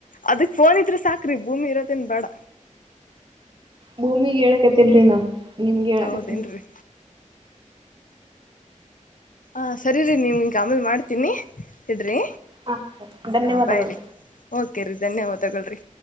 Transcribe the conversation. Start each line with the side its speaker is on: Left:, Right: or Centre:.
Left: ಅದಕ್ ಫೋನ್ ಇದ್ರೆ ಸಾಕ್ರಿ ಭೂಮಿ ಇರೋತ್ತೇನ್ ಬೇಡ.
Right: ಭೂಮಿಗ್ ಹೇಳಕತಿಲ್ರಿ ನಾ ನಿಮ್ಗೆ ಹೇಳಕತ್ತ.
Left: ಹೌದೇನು ರೀ ಹ ಸರಿ ರರಿ ನೀವ್ ಈಗ ಆಮೇಲ್ ಮಾಡ್ತೀನಿ ಇಡ್ರಿ..
Right: ಹಾ ಧನ್ಯವಾದಗಳು.
Left: ಹ ಬಾಯ್ರರಿ ಓ. ರಿ ಧನ್ಯವ ತಗಳ್ರಿ.